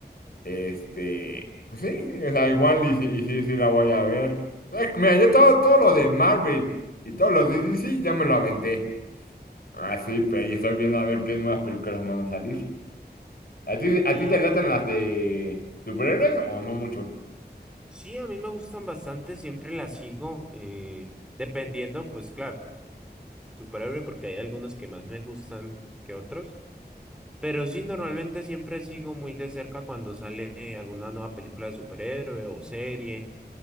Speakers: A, on the left; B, in the centre.
A: Este, pues sí, o sea, igual y, sí, y sí, sí la voy a ver. Eh, Mira, yo todo, todo lo de Marvel y todos los de DC ya me lo aventé. Así, pero y estoy viendo a ver qué nuevas películas van a salir. ¿A ti, a
B: Y
A: ti te latan las de superhéroes o no mucho?
B: sí, a mí me gustan bastante, siempre las sigo, eh, dependiendo, pues claro, superhéroe, porque hay algunos que más me gustan que otros. Pero sí, normalmente siempre sigo muy de cerca cuando sale eh, alguna nueva película de superhéroe o serie.